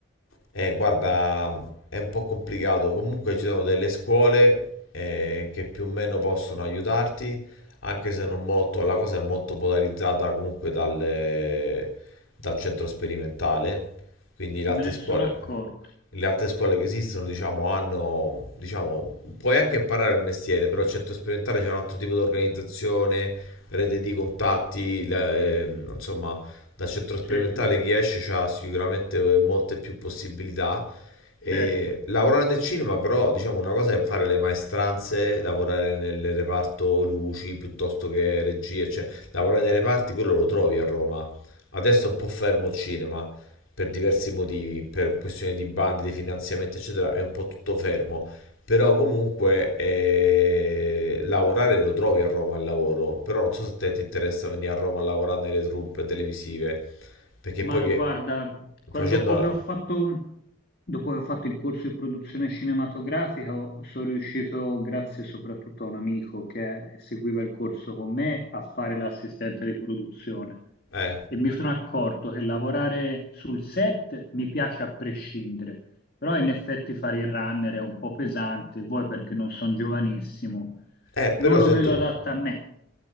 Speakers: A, on the left; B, on the left.
A: eh, guarda, è un po' complicato, comunque ci sono delle scuole eh, che più o meno possono aiutarti, anche se non molto, la cosa è molto polarizzata comunque dalle- dal centro sperimentale, quindi le altre
B: Me ne
A: scuole...
B: sono accorto,
A: le altre scuole che esistono, diciamo, hanno, diciamo, puoi anche imparare il mestiere, però al centro sperimentale c'è un altro tipo di organizzazione, rete di contatti, la- ehm, insomma, dal centro sperimentale
B: Sì, sì, sì,
A: chi esce ha sicuramente molte più possibilità. E
B: certo.
A: lavorare nel cinema, però, diciamo, una cosa è fare le maestranze, lavorare nel reparto luci piuttosto che regie, cioè, lavorare nei reparti, quello lo trovi a Roma. Adesso è un po' fermo il cinema, per diversi motivi, per questioni di bandi, di finanziamenti, eccetera, è un po' tutto fermo. Però comunque eh, lavorare lo trovi a Roma al lavoro, però non so se a te ti interessa venire a Roma a lavorare nelle truppe televisive, perché
B: Ma
A: poi che
B: guarda, quando-
A: facendo...
B: dopo che ho fatto, dopo che ho fatto il corso di produzione cinematografica, ho- sono riuscito, grazie soprattutto a un amico che seguiva il corso con me, a fare l'assistente di produzione.
A: Eh,
B: E mi sono accorto che lavorare sul set mi piace a prescindere, però in effetti fare il runner è un po' pesante, vuoi perché non sono giovanissimo,
A: eh, però
B: non lo
A: se
B: vedo
A: tu...
B: adatto a me.